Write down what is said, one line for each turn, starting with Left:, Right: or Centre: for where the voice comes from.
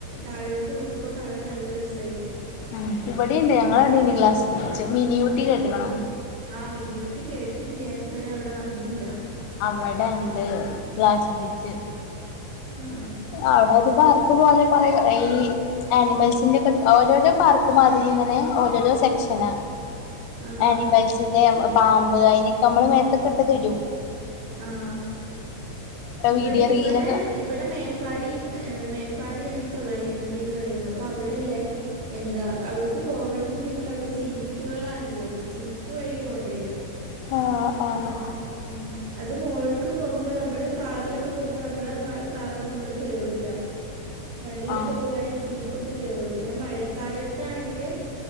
Right: താഴോട്ട് നോക്കുമ്പോ കാണാൻ നല്ല രസഹിക്കും
Left: ഉം ഇവിടെയുണ്ട് ഞങ്ങളവിടെയുണ്ട് ഗ്ലാസ് ബ്രഡ്ജ് മിനിയൂട്ടി കെട്ടക്കണോ
Right: ആ മിനിയോട്ടി കേട്ടിട്ടുണ്ട് ഞാൻ ഇതുവരെ അവിടെ വന്നില്ല
Left: അവിടെ ഉണ്ട് ഗ്ലാസ്‌ ബ്രിഡ്ജ്
Right: ആ
Left: അവിടെ അത് ബാർ പോലെ കുറെേ ഈ ആനിമൽസിന്റെ ഒക്കെ ഓരോരോ പാർക്ക് മാതിരി ഇങ്ങനെ ഓരോരോ സെക്ഷനാ
Right: ആ
Left: ആനിമൽസിന്റെ
Right: ആ
Left: പാമ്പ് അതിനൊക്കെ നമ്മള് മേത്തൊക്കെട്ട് ത രും
Right: ആഹ് ഇവിടെ
Left: വീഡിയോ
Right: ഇവിടെ
Left: റീലൊക്കെ
Right: ഇവിടെ മേ- പടിയും മേപ്പാടിയാണേ ഈ തൊള്ളായിരങ്കണ്ടിന്ന് പറയുന്നത് അപ്പൊ അവിടെല്ലേ എന്താ അവിടക്ക്‌- പോവണം എന്നുണ്ടെങ്കിൽ അവിടെ ജീപ്പുകളാണ് ഉള്ളത് ജീപ്പ് വഴി പോകേണ്ടി വരും
Left: ആഹ് ആഹ്
Right: ഉം അത് മോൾക്ക് പോകുമ്പോ നമ്മള് കാറിലൊക്കെ പോകുമ്പോ നമ്മളെ കാറൊന്നും അങ്ങോട്ട് കേറൂല വണ്ടിയിലൊക്കെ
Left: ആഹ്
Right: പോവാണേ ജീപ്പൊക്കെ കേയറുള്ളൂ പിന്നെ മഴക്കാലത്താണെങ്കില്-